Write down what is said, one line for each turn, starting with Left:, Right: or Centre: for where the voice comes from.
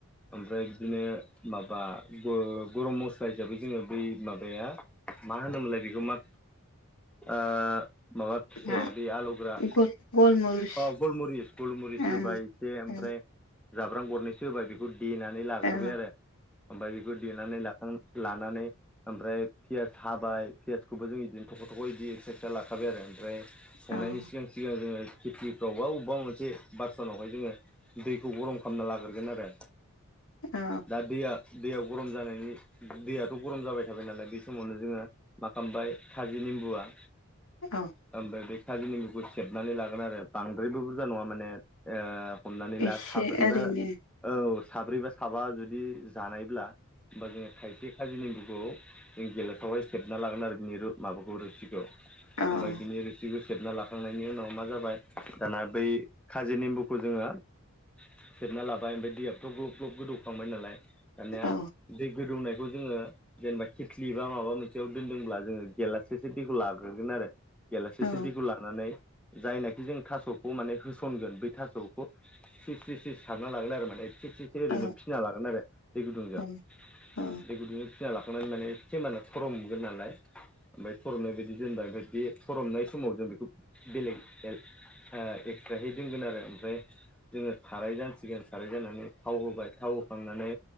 Centre: ओमफ्राय बिदिनो माबा ग गरम मस्ला हिसाबै जोंङो बै माबाया मा होनोमोनलाय बेखौ मा? ओ माबा फिथायाया
Left: ना
Centre: बै आलौग्रा
Left: गल गलमरिस
Centre: अ गलमुरिस गलमुरिस
Left: ओं
Centre: होबा इसे ओमफ्राय
Left: औ
Centre: जाब्रां गरनैसो होबाय बेखौ देनानै लाग्रोबबाय
Left: औ
Centre: आरो ओमफ्राय बेखौ देनानै ला लानानै ओमफ्राय पियास हाबाय पियसखौबो जों बिदिनो थख' थख' बिदि एक्स्रा एक्स्रा लाखाबाय आरो ओमफ्राय संनायनि
Left: ओं
Centre: सिगां सिगां जोंङो खेथिफ्राव बा अबेबा मोनसे बासनावहाय जोंङो दैखौ गरम खालामना लाग्रगोन आरो।
Left: अ
Centre: दा दैया दैया गरम जानायनि दैयाथ' गरम जाबाय थाबाय नालाय बे समावनो जोंङो मा खालामबाय खाजि नेमबुआ
Left: औ
Centre: ओमफ्राय बे खाजिनिममुखौ सेबनानै लागोन आरो बांद्रायबो बुरजा नंङा माने। ओ हमनानै
Left: एसे
Centre: ला साब्रैबा
Left: ओरैनो
Centre: औ साब्रैबा साबा जुदि जानायब्ला होनबा जोंङो थाइसे खाजि नेम्बुखौ जों गेलासावहाय सेबना लागोन आरो बिनिु माबाखौ रोसिखौ।
Left: ओं
Centre: ओमफ्राय बिनि ओ बिदैखौ सेबना लाखांनायनि उनाव मा जाबाय दाना बै खाजि नेम्बुखौ जोंङो सेबना लाबाय ओमफ्राय दैयाथ' ग्रोब ग्रोब गोदौखांबाय नालाय दानिया
Left: औ
Centre: दै गोदौनायखौ जोंङो जेनेबा खिथलि बा माबा मोनसेयाव दोनदोंब्ला जोंङो गेलाससेसो दैखौ लाग्रोगोन आरो। गेलासि
Left: औ
Centre: से दैखौ लानानै जायनाखि जों थास'खौ माने होसनगोन बै थास'खौ स्रि स्रि सारना लागोन आरो माने खेबसेसो ओरैनो
Left: औ
Centre: फिसिना लागोन आरो दै गुदुंजों।
Left: औ औ
Centre: दै गुदुं फिना लाखांनानै माने सेेमबाना थरमगोन नालाय ओमफ्राय थरमनाय बायदि दोनबाय ओमफ्राय बे थरमनाय समाव जों बेखौ बेलेग ए‌ ओ एक्स्राहै दोनगोन आरो ओमफ्राय जोंङो साराय जानसिगोन साराय जानानै थाव होबाय थाव होखांनानै